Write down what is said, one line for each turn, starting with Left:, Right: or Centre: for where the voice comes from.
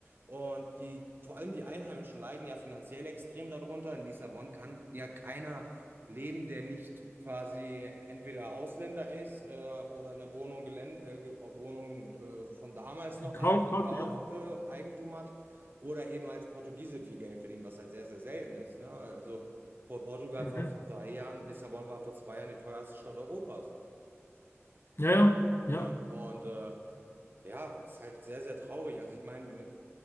Right: Und die, vor allem die Einheimischen leiden ja finanziell extrem darunter. In Lissabon kann ja keiner leben, der nicht quasi entweder Ausländer ist äh, oder eine Wohnung, Gelände, äh, Ge- Wohnung äh, von damals
Left: gekauft
Right: noch hat
Left: hat,
Right: kaufte,
Left: ja.
Right: Eigentum hat oder eben als Portugiese viel Geld verdienen, was halt sehr, sehr selten ist. Ne? Also Por- Portugal
Left: Mhm.
Right: vor zwei Jahren, Lissabon war vor zwei Jahren die teuerste Stadt Europas.
Left: Ja, ja, ja.
Right: Ne? Und äh, ja, ist halt sehr, sehr traurig. Also ich meine,